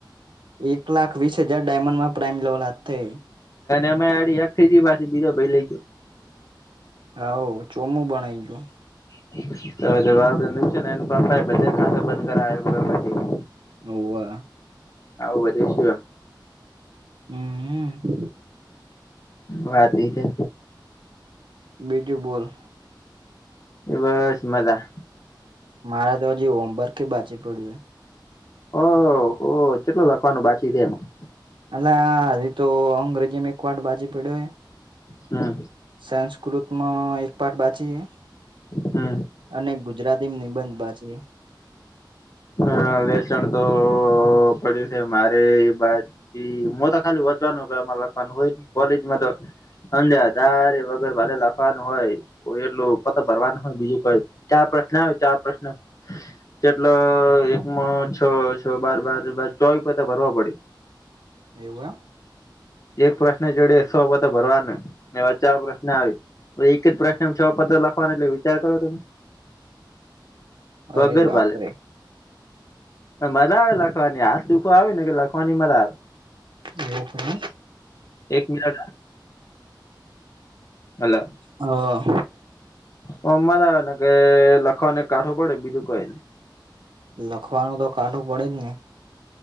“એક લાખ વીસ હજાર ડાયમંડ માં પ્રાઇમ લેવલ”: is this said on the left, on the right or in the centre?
Right